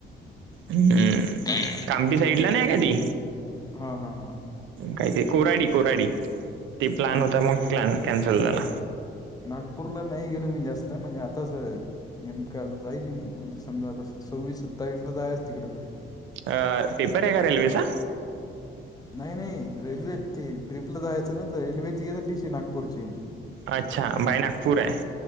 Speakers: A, on the right; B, on the left.
A: हम्म
B: नाग
A: कामट साईडला नाही काधी
B: हा हा हा
A: काय का कोराडी कोराडी ते प्लन
B: नाही
A: होता
B: ते
A: मग क् कॅन्सल झाला
B: नागपूरला नाही गेलो मी जास्त म्हणजे आताच नेमकं जाईल मी समजा त सव्वीस सत्तावीस ला जायच तिकडं बस
A: अ पेपर आहे का रेल्वेचा
B: नाही नाही रेल्वे ती ट्रिपला जायचं ना तर रेल्वे तिघे लिशी नागपूरची
A: अच्छा बाई नागपूर आहे